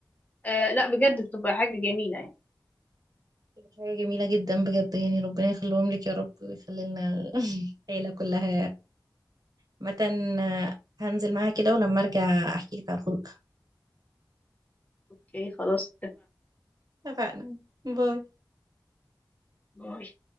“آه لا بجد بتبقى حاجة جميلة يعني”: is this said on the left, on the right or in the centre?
Left